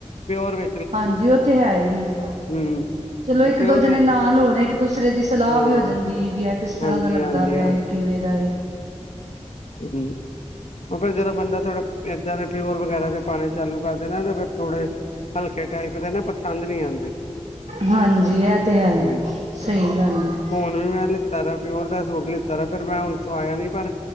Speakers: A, on the left (about 75°); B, on the right (about 70°).
A: ਪਿਓਰ ਵੇ
B: ਹਾਂਜੀ ਉਹ ਤੇ ਹੈ ਹੀ ਏ।
A: ਹੂੰ
B: ਚਲੋ
A: ਤੇ
B: ਇੱਕ
A: ਪਿਓਰ
B: ਦੋ ਜਣੇ
A: ਵਿੱਚ
B: ਨਾਲ ਹੋਣ, ਇੱਕ ਦੂਸਰੇ ਦੀ ਸਲਾਹ
A: ਹਾਂ
B: ਵੀ ਹੋ ਜਾਂਦੀ ਏ, ਬਈ ਇਹ ਕਿਸ ਤਰ੍ਹਾਂ
A: ਹਾਂਜੀ
B: ਦਾ ਲੱਗਦਾ
A: ਹਾਂਜੀ
B: ਪਿਆ ਏ, ਕਿਵੇਂ ਦਾ ਏ
A: ਹਮ। ਔਫਰ ਜਰਾ <unintelligible> ਬੰਦਾ। ਥੋੜਾ ਏਦਾਂ ਦੇ ਪਿਓਰ ਵਗੈਰਾ ਦੇ ਪਾਣੇ। ਚਾਲੂ ਕਰਦੇ ਨਾ ਤੇ ਫਿਰ ਥੋੜੇ ਹਲਕੇ ਟਾਈਪ ਦੇ ਨਾ ਪਸੰਦ ਨੀ ਆਉਂਦੇ
B: ਹਾਂਜੀ ਇਹ ਤੇ ਹੈ
A: ਹਮ
B: ਸਹੀ ਗੱਲ ਏ।
A: ਹੁਣ ਵੀ ਮੈਂ ਲਿੱਤਾ ਦੇ ਪਿਓਰ ਦਾ ਸੂਟ ਲਿੱਤਾ ਫੇਿਰ ਮੈਂ ਹੁਣ ਤੋ ਆਇਆ ਨੀ ਪਰ।